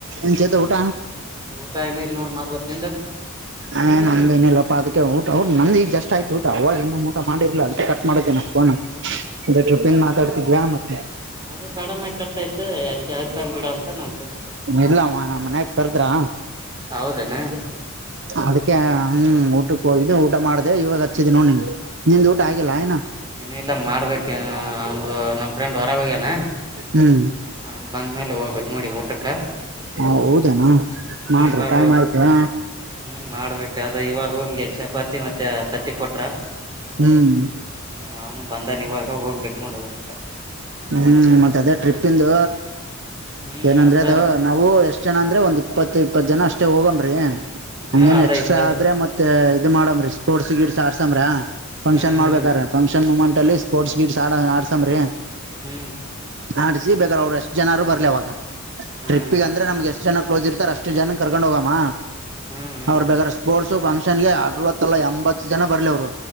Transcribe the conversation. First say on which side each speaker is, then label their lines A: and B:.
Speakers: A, on the right; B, on the right.
A: N Chethu ಊಟ.
B: ಊಟ ಏನ ಇಲ್ ನೋಡ್ ಮಾಡ್ಬೇಕ್ ನಿಂದ
A: ಹ ನಂದು ಇನ್ನ ಇಲ್ಲಪ್ಪ ಅದಕ್ಕೆ ಊಟ ಅವ್ ನಂದು ಈಗ ಜಸ್ಟ್ ಆಯಿತು ಊಟ ಅವಾಗ ಇನ್ನೂ ಊಟ ಮಾಡಿರಿಲ್ಲ ಅದಕ್ಕೆ ಕಟ್ ಮಾಡಿದ್ದು ಪೋನು. ಅದೇ ಟ್ರಿಪನ್ ಮಾತಾಡ್ತಿದ್ವಿ ಮತ್ತೆ.
B: ಅದೆ ಸಡನ್ ಆಗಿ ಕಟ್ಟಾಯ್ತು ಅದೆ ಹಚ್ತನ್ಬಿಡು ಅಂದ್ ಬಿಡ ಅಂತ ನನ್
A: ಇಲ್ಲ ಮ ಮನ್ಯಕ್ ಕರುದ್ರಾ.
B: ಹೌದೆನ.
A: ಅದಕ್ಕೆ ಹ್ಮ ಊಟಕ್ಕೆ ಹೋಗಿದ್ದು ಊಟ ಮಾಡ್ದ ಇವಾಗ ಹಚ್ಚಿದ್ ನೋಡ್ ನಿಂಗೆ. ನಿಂದು ಊಟ ಆಗಿಲ್ಲ ಇನ್ನ.
B: ಇನ್ನ ಇಲ್ಲ ಮಾಡ್ಬೇಕು ಒ ಅವ್ನು ನಮ್ ಫ್ರೆಂಡ್ ಹೊರಗ್ ಹೋಗ್ಯನ.
A: ಹ್ಮ್
B: ಅವ್ನ್ ಬಂದ ಮೇಲೆ ಹೋಗ್ಬೇಕು ನೋಡಿ ಊಟಕ್ಕ
A: ಹಾ ಹೌದನಾ
B: ಹ್ಮ್
A: ನರಿ
B: ಇವ
A: ಟೈಮ್
B: ರೂಮ್
A: ಆಯ್ತಾ
B: ಹ್ಮ್ ಮಾಡ್ಬೇಕ ಅದ್ರೆ ಇವಾಗ ರೂಮ್ಗೆ ಚಪಾತಿ ಮತ್ತೆ ತತ್ತಿ ಕೊಟ್ರ
A: ಹ್ಮ್
B: ಹ್ಮ್ ಅವ್ನು ಬಂದ ನೀವಾಗ ಹೋಗ್ಬೇಕಕ್ ನೋಡ ಊಟಟ
A: ಹ್ಮ್ ಮತ್ತ ಅದೇ ಟ್ರಿಪ್ ಇಂದು
B: ಹ್ಮ್
A: ಏನಂದ್ರೆ
B: ಅದ
A: ಅದು ನಾ ಹ ಎಷ್ಟ್ ಜನ ಅಂದ್ರೆ ಒಂದ್ ಇಪ್ಪತ್ತು ಇಪ್ಪತ್ತು ಜನ ಅಷ್ಟೇ ಹೋಗಮೀ
B: ಹ್ಮ್
A: ಹೇನ್
B: ಅದ
A: ಎಕ್ಸ್ಟ್ರಾ
B: ಇಪ್ಪ
A: ಆದ್ರೆ ಮತ್ತೆ ಇ ಮಾಡಮ್ರಿ ಸ್ಪೋರ್ಟ್ಸ್ ಗಿಡ್ಸ್ ಅಡಸುಮರ ಫಂಕ್ಷನ್
B: ಹ್ಮ್
A: ಮಾಡ್ಬೇಕಾರ
B: ಹ್ಮ್
A: ಫಂಕ್ಷನ್ ಮುಮೆಂಟ್ ಅಲ್ಲಿ ಸ್ಪೋರ್ಟ್ಸ್ ಗಿಟ್ಸ್ ಅಡಸ್ಮರಿ
B: ಹ್ಮ್
A: ಆಡ್ಸಿ ಬೇಕ್ರ ಅವ್ರು ಎಷ್ಟು ಜನರು ಬರ್ಲಿ ಅವಾಗ
B: ಹ್ಮ್
A: ಟ್ರಿಪ್ಗೆ ಅಂದ್ರೆ ನಮ್ಗೆ ಎಷ್ಟು ಜನ ಕ್ಲೋಸ್ ಇರ್ತಾರೆ ಅಷ್ಟು ಎಷ್ಟು ಜನ ಕರ್ಕೊಂಡ್ ಹೋಗಮ್ಮ
B: ಹ್ಮ್ ಹ್ಮ್
A: ಅವ್ರರು ಬಗಾರ ಸ್ಪೋರ್ಟ್ಸ ಫಂಕ್ಷನ್ ಗೆ ಅರವತ್ತಲ್ಲಾ ಎಂಬತ್ತ್ತು ಜನ ಬರಲಿ ಅವ್ರು